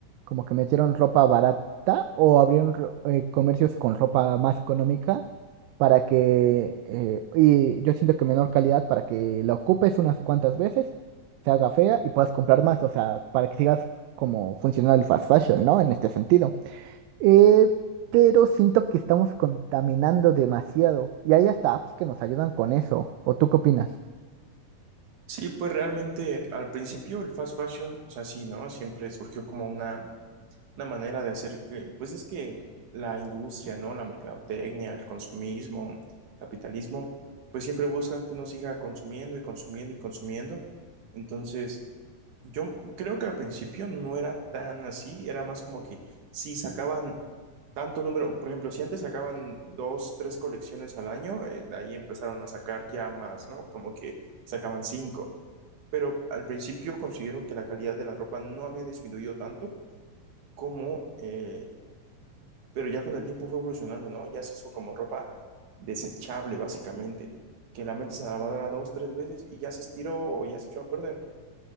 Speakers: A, on the right; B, on the right.
A: como que metieron ropa barata o abrieron ro- eh, comercios con ropa más económica para que, eh, y yo siento que menor calidad para que la ocupes unas cuantas veces, se haga fea y puedas comprar más, o sea, para que sigas como funcionando el fast fashion, ¿no? En este sentido. Eh, pero siento que estamos contaminando demasiado y hay hasta apps que nos ayudan con eso. ¿O tú qué opinas?
B: Sí, pues realmente al principio el fast fashion, o sea, sí, ¿no? Siempre surgió como una una manera de hacer que, pues es que la industria, ¿no? La mercadotecnia, el consumismo, capitalismo, pues siempre buscan que uno siga consumiendo y consumiendo y consumiendo. Entonces, yo creo que al principio no era tan así, era más como que si sacaban tanto número, por ejemplo, si antes sacaban dos, tres colecciones al año, eh, de ahí empezaron a sacar ya más, ¿no? Como que sacaban cinco. Pero al principio considero que la calidad de la ropa no había disminuido tanto como eh, pero ya con el tiempo fue evolucionando, ¿no? Ya se hizo como ropa desechable, básicamente, que la metes a la lavadora dos, tres veces y ya se estiró o ya se echó a perder.